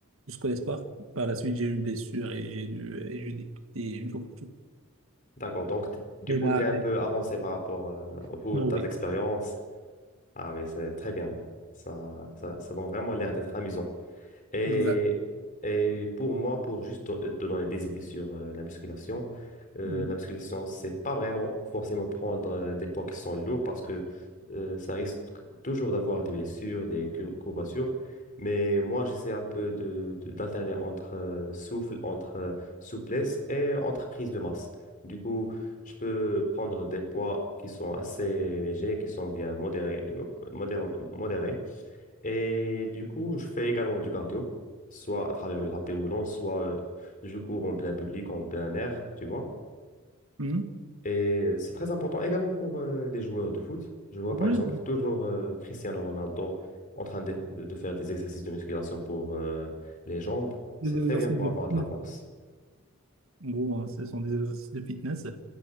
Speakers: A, on the right; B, on the left.
A: jusqu'au espoir. Par la suite, j'ai eu une blessure et j'ai dû et j'ai dû quitter une fois pour toutes.
B: d'accord, donc t- du
A: Mais
B: coup,
A: là,
B: tu es un
A: euh,
B: peu avancé par rapport euh, au foot,
A: bon,
B: tu
A: oui,
B: as de l'expérience. Ah oui, c'est très bien. Ça, ça, ça donne vraiment l'air d'être amusant. Et,
A: exact.
B: et pour moi, pour juste don- euh, te donner des idées sur euh, la musculation, euh,
A: Mhm.
B: la musculation, c'est pas vraiment forcément prendre euh, des poids qui sont lourds parce que euh, ça risque toujours d'avoir des blessures, des cur- courbatures. Mais moi, j'essaie un peu de, de- d'alterner entre euh, souffle, entre euh, souplesse et entre prise de masse. Du coup, je peux prendre des poids qui sont assez légers, qui sont bien modérés, modérés, modérés et du coup, je fais également du cardio, soit à travers le tapis roulant, soit euh, je cours en plein public, en plein air, tu vois.
A: Mhm.
B: Et c'est très important également pour euh, les joueurs de foot. Je vois
A: Oui,
B: par exemple toujours euh, Cristiano Ronaldo en train de, de- de faire des exercices de musculation pour euh, les jambes. C'est
A: des exercices
B: très bien pour
A: de
B: avoir
A: fitness.
B: de la force.
A: En gros, hein, ce sont des exercices de fitness,